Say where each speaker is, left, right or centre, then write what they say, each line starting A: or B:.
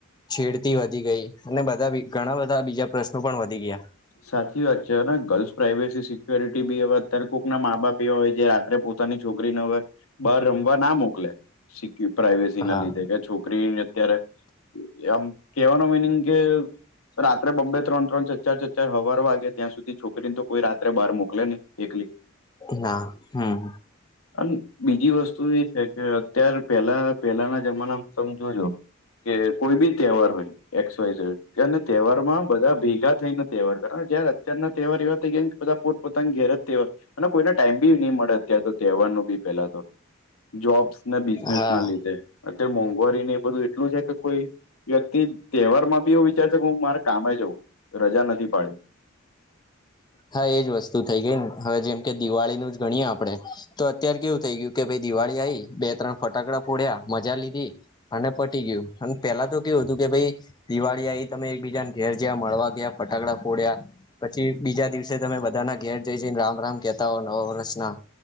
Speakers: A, on the left; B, on the left.
A: છેડતી વધી ગઈ અને બધા ઘણા બધા બીજા પ્રશ્નો પણ વધી ગયા.
B: સાચી વાત છે હ ગર્લ્સ પ્રાાઈવેસી સિક્યોરિટી બી હવે અત્યારે કોઈકના મા બાપ એવા હોય જે રાત્રે પોતાની છોકરીને હવે બહાર રમવા ના મોકલે. સ પ્રાાઈવેસી ના
A: હા
B: લીધે કે છોકરીને અત્યારે એમ કેવાનું મિનિંગ કે રાત્રે બબ્બે ત્રણ ત્રણ ચ ચાર. ચાર હવાર વાગે ત્યાં સુધી છોકરીને તો કોઈ રાત્રે બહાર મોકલે નહી એકલી.
A: ના હમ.
B: અન બીજી વસ્તુ એ છે કે અત્યાર પહેલા પહેલાના જમાનામાં તમે જોજો. કે કોઈ બી તહેવાર હોય એક્સ વાઇ ઝેડ કે અને તહેવાર માં બધા ભેગા થઈ ને તહેવારબ જ્યારે અત્યારના તહેવાર એવા થ ગયા કે બધા પોતાની ઘેર જ તેહેવાર. અને કોઈને ટાઈમ બી નહી મળે અત્યારે તો તહેવાર ન બી પેલા તો. જોબ્સ ને બિઝનેસ
A: હા
B: ના લીધે એટલે મોંઘવારી ને એ બધું એટલું છે કે કોઈ. વ્યક્તિ તહેવાર માં બી એવું વિચાર છે કે હું મારે કામે જઉં રજા નથી પાડ્યો.
A: હા એજ વસ્તુ થઈ ગઈ ને હવે જેમ કે દિવાળીનું જ ગણીએ આપડે તો અત્યાર કેવું થઇ ગયું. કે ભાઈ દિવાળી આવીઈ બે ત્રણ ફટાકડા ફોડ્યા મજા લીધી. અને પટી ગયું અને પેલા તો કેવું હતું કે ભાઈ. દિવાળી આવી તમે એકબીજા ને ઘેર જયા મળવા ગયા ફટાકડા ફોડ્યા પછી બીજા દિવસે. છે બધાના ઘેર જઈ જઈને રામ રામ કેતા હો નવ વર્ષના